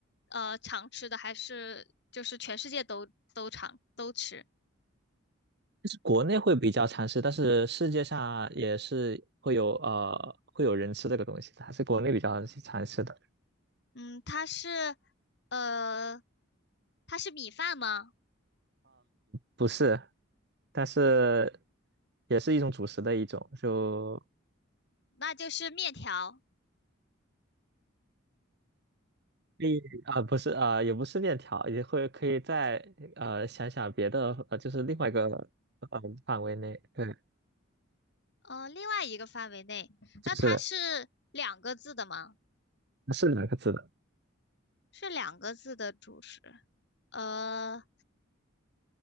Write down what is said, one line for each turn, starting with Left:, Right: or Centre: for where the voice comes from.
Left: 呃常吃的，还是就是全世界都都常都吃？
Right: 就是国内会比较常吃，但是世界上也是会有呃会有人吃这个东西的，还是国内比较常吃的。
Left: 嗯，它是呃它是米饭吗？
Right: 不是，但是也是一种主食的一种，就
Left: 那就是面条。
Right: 可以啊、不是啊、也不是面条，也会可以再呃想想别的，呃就是另外一个呃范围内，对，
Left: 呃，另外一个范围内，
Right: 就是
Left: 那它是两个字的吗？
Right: 是两个字的，
Left: 是两个字的主食。呃，